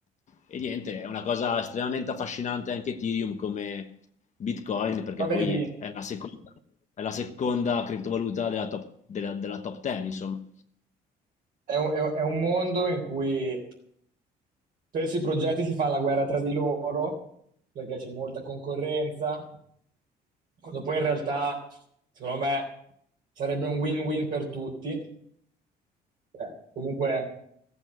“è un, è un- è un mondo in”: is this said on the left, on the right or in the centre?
Right